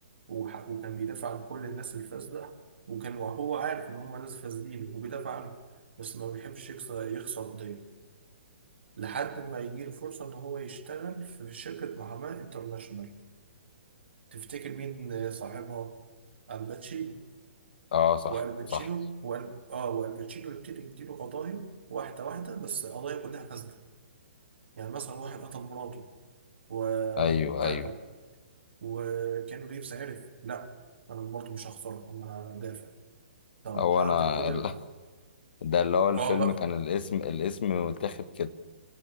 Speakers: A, on the right (about 70°); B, on the left (about 55°).
A: وح- وكان بيدافع عن كل الناس الفاسدة وكان وهو عارف إن هم ناس فاسدين وبيدافع عنهم بس ما بيحبش يكسر يخسر قضية لحد ما يجي له فرصة إن هو يشتغل في شركة محاماة انترناشونال تفتكر مين صاحبها؟ الباتشينو
B: اه صح
A: والباتشينو
B: صح
A: وال... آه والباتشينو يبتدي يديله قضايا واحدة واحدة بس قضايا كلها فاسدة يعني مثلا واحد قتل مراته وبتاع
B: ايوه ايوه
A: ده وكانو ريفز عرف لا أنا برضه مش هخسرها أنا هدافع طب
B: هو
A: بعد
B: انا
A: كل
B: ال-
A: ال...
B: <laughs> ده اللي هو الفيلم
A: آه بقى
B: كان الاسم الاسم متاخد كده